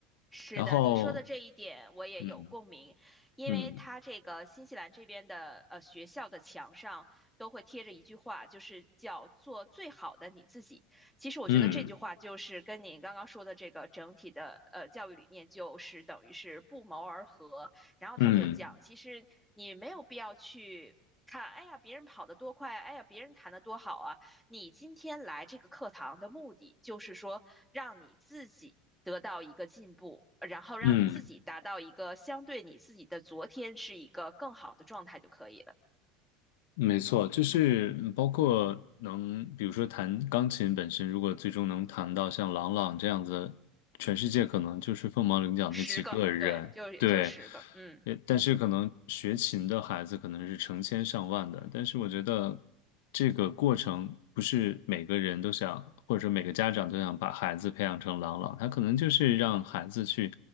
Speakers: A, in the centre; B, on the left (about 80°).
A: 是的，
B: 然后，
A: 您说的这一点我也有共鸣，
B: 嗯
A: 因为它这个新西兰这边的呃学校的墙上都会贴着一句话，
B: 嗯
A: 就是叫做最好的你自己。其实我觉得这句话就是跟您刚刚说的这个整体的呃教育理念就是等于是不谋而合。
B: 嗯
A: 然后他就讲，
B: 嗯
A: 其实你没有必要去。看，哎呀，别人跑得多快，哎呀，别人弹得多好啊！你今天来这个课堂的目的，就是说让你自己得到一个进步，然后让你自己达到一个相对你自己的昨天是一个更好的状态就可以了。
B: 嗯。没错，就是嗯包括能，比如说弹钢琴本身，如果最终能弹到像郎朗这样子，全世界可能就是凤毛麟角那几个人。
A: 十个，对，就也就十个，
B: 对，
A: 嗯
B: 也但是可能学琴的孩子可能是成千上万的，但是我觉得这个过程不是每个人都想，或者说每个家长都想把孩子培养成朗朗，他可能就是让孩子去